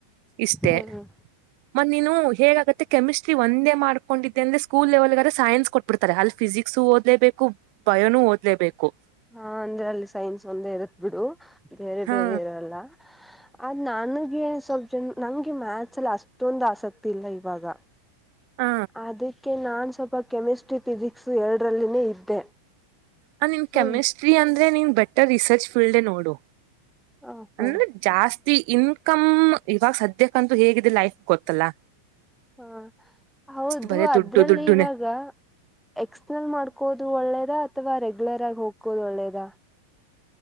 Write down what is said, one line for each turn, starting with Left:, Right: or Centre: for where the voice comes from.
Right: ಇಷ್ಟೇ
Centre: ಹ್ಮ್ ಹ್ಮ್
Right: ಮತ್ತ ನೀನು ಹೇಗಾಗುತ್ತೆ ಕೆಮಿಸ್ಟ್ರಿ ಒಂದೇ ಮಾಡ್ಕೊಂಡಿದ್ದೆ ಅ್ರಂದ್ರೆ ಸ್ಕೂಲ್ ಲೆವೆಲ್ಗಾದ್ರ ಸೈನ್ಸ್ ಕೊಟ್ಟ ಬಿಡ್ತಾರೆ ಅಲ್ಲಿ ಫಿಸಿಕ್ಸ್ ಓದ್ಲೇಬೇಕು ಬಯೋನು ಓದ್ಲೇಬೇಕು
Centre: ಹಾ ಅಂದ್ರೆ ಅಲ್ಲಿ ಸೈನ್ಸ್ ಒಂದೇ ಇರತ್ ಬಿಡು ಬೇರೆ
Right: ಹಾ
Centre: ಬೇರೆ ಇರಲ್ಲ ಆದ್ ನನ್ಗೆ ಸ್ವಲ್ಪ್ ಜನ ನಂಗೆ ಮ್ಯಾಥಸ್ ಅಲ್ಲಿ ಅಷ್ಟೊಂದು ಆಸಕ್ತಿ ಇಲ್ಲ ಇವಾಗ
Right: ಹ
Centre: ಅದಕ್ಕೆ ನಾನ್ ಸ್ವಲ್ಪ ಕೆಮಿಸ್ಟ್ರಿ ಫಿಸಿಕ್ಸ್ ಎರಡರಲ್ಲಿನೇ ಇದ್ದೆ
Right: ಹ ನಿನ್
Centre: ಸೊ
Right: ಕೆಮಿಸ್ಟ್ರಿ ಅಂದ್ರೆ ನೀನ್ ಬೆಟರ್ ರಿಸರ್ಚ್ ಫೀಲ್ಡ್ ನೋಡು
Centre: ಹ ಹ
Right: ಅಂದ್ರೆ ಜಾಸ್ತಿ ಇನ್ಕಮ್ ಇವಾಗ ಸದ್ಯಕ್ಕಂತೂ ಹೇಗಿದೆ ಲೈಫ್ ಗೊತ್ತಲ್ಲಾ
Centre: ಹಾ ಹೌದು
Right: ಬರೇ
Centre: ಅದ್ರಲ್ಲಿ
Right: ದುಡ್ಡು ದುಡ್ಡುನೆ
Centre: ಇವಾಗ ಎಕ್ಸ್ನಲ್ ಮಾಡ್ಕೋದು ಅದು ಒಳ್ಳೇದ ಅಥವಾ ರೆಗ್ಯುಲರ್ ಆಗಿ. ಹೋಗಕೋುದು ಒಳ್ಳೇದ